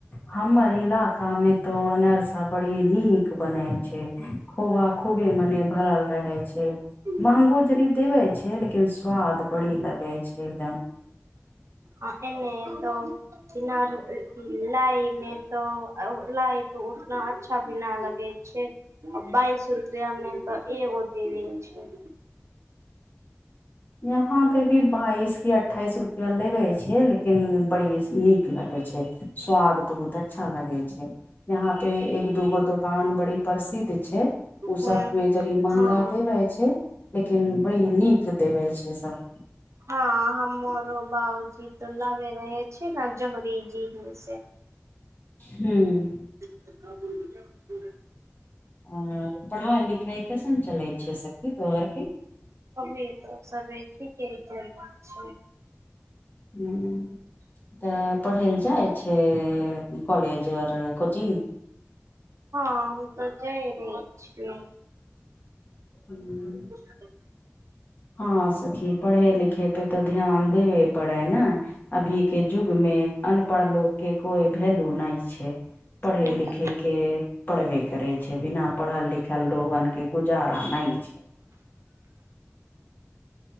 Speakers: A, on the left; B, on the right.
A: हमर इलाका में तो अनरसा बड़ी नीक बनै छै खोब खूबे मने भरल रहै छै
B: छै
A: महंगो जदी देबे छै लेकिन स्वाद बड़ी लगै छ एकदम
B: ह एने त इमर लाइ तो लाए तो उतना अच्छा भी न लगेछे बाइस रु रपा मे तएगो देेल छै
A: यहाँ पे भी बाइस कि अठाइस रुपया लेबे छिय लेकिन बड़ी नीक लगै छ स्वाद बहुत अच्छा लगे छै यहाँ पे एक एक दूगो दुकान बड़ी प्रसिद्ध छै उ
B: हँ
A: सब मे जड़ी महंगा
B: हँ
A: देबे छै नीक देबे छय सब
B: हँ हमर बउजी त लाबे रहे छै ने जहरीजी ह से
A: हूँ
B: <unintelligible>
A: आ पढ़ाइ लिखाइ कैसन चलै छै सब तोहर के
B: अभी तो सबे ठीके चले छै
A: ह त पढ़य लए चाहइ छै कोलेज ओर कोचिंग
B: हँ हम त जाइ रहि छीयो
A: हूँ
B: ह <unintelligible>
A: हँ सखी पढ़े लिखे पे तऽ ध्यान देबे परेह ने अभी के युग मे अनपढ़ लोक के कोइ वैलू नहि छै पढ़े
B: हम्म
A: लिखे के पढ़बे करे छै बिना पढ़ल लिखल लोगन के गुजारा नहि छै